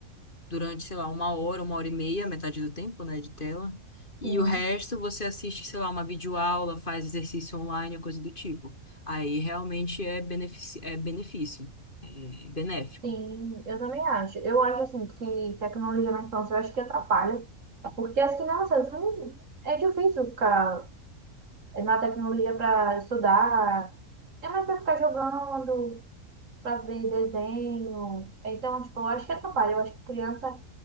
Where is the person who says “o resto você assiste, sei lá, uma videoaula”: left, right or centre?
Left